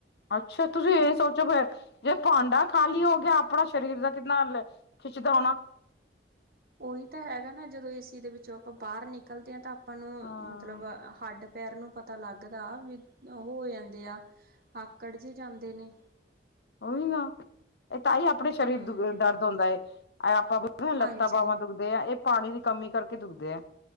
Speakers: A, on the left (about 70°); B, on the right (about 55°).
A: ਅੱਛਾ ਤੁਸੀ ਏ ਸੋਚੋ ਫਿਰ ਜੇ ਭਾਂਡਾ ਖਾਲੀ ਹੋ ਗਿਆ ਆਪਣਾ ਸਰੀਰ ਦਾ ਕਿੰਨਾ ਅਲ ਖਿੱਚਦਾ ਹੋਣਾ।
B: ਔਹੀ ਤਾਂ ਹੈਗਾ ਨਾ ਜਦੋਂ ਏਸੀ ਦੇ ਵਿੱਚੋਂ ਆਪਾਂ ਬਾਹਰ ਨਿਕਲਦੇ ਹਾਂ ਤਾਂ ਆਪਾਂ ਨੂੰ
A: ਹਾਂ
B: ਮਤਲਬ ਹੱਡ ਪੈਰ ਨੂੰ ਪਤਾ ਲੱਗਦਾ ਵੀ ਔਹ ਹੋ ਜਾਂਦੇ ਆ, ਆਕੜ ਜੇ ਜਾਂਦੇ ਨੇ।
A: ਔਹੀ ਨਾ, ਅ ਤਾਂ ਈ ਆਪਣੇ ਸਰੀਰ
B: ਹਮ
A: ਦੁ ਦਰਦ ਹੁੰਦਾ ਏ। ਆਯ ਆਪਾਂ ਲੱਤਾਂ
B: ਹਾਂਜੀ
A: ਬਾਵਾਂ ਤੋਂ ਦੁਖਦੇ ਆ, ਏ ਪਾਣੀ ਦੀ ਕਮੀ ਕਰਕੇ ਦੁਖਦੇ ਆ।